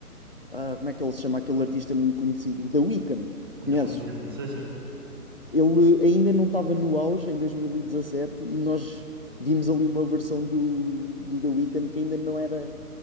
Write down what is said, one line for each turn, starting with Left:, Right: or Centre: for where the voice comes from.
Left: ah, como é que ele se chama? Aquele artista muito conhecido, The Weeknd, conheces?
Right: Da Weekend. Sei, sei.
Left: Ele ainda não estava no auge em 2017 e dezassete e nós vimos ali uma versão do, do The Weeknd que ainda não era,